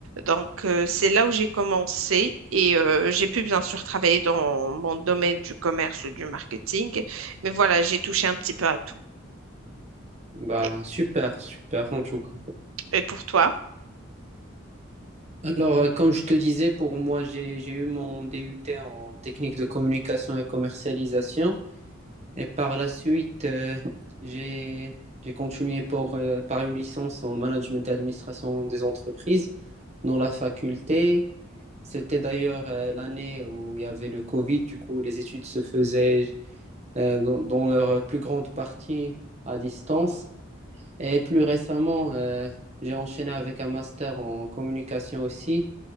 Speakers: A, on the right (about 80°); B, on the right (about 35°).
A: Donc, euh, c'est là où j'ai commencé et euh, j'ai pu bien sûr travailler dans mon domaine du commerce ou du marketing, mais voilà, j'ai touché un petit peu à tout.
B: Bah,
A: Et,
B: super, super en tout cas.
A: et pour toi?
B: Alors, euh, comme je te disais, pour moi, j'ai, j'ai eu mon DUT en technique de communication et commercialisation. Et par la suite, euh, j'ai, j'ai continué pour, euh, par une licence en management et administration des entreprises dans la faculté. C'était d'ailleurs euh, l'année où il y avait le Covid, du coup les études se faisaient euh, dans, dans leur plus grande partie à distance. Et plus récemment, euh, j'ai enchaîné avec un master en communication aussi,